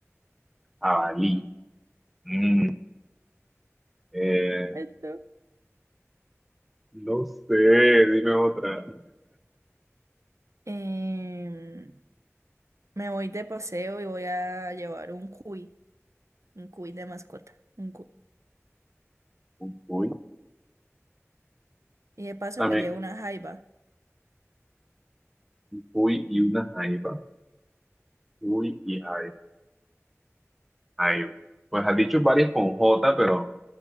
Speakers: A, in the centre; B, on the right.
A: Jabalí. Mm, eh,
B: Esto.
A: No sé, dime otra.
B: Em, me voy de paseo y voy a llevar un cuy, un cuy de mascota, un cuy.
A: Un cuy,
B: Y de paso
A: También,
B: me llevo una jaiba.
A: uy y una jaiba. Uy y jaiba. jaiba. Pues has dicho varias con J, pero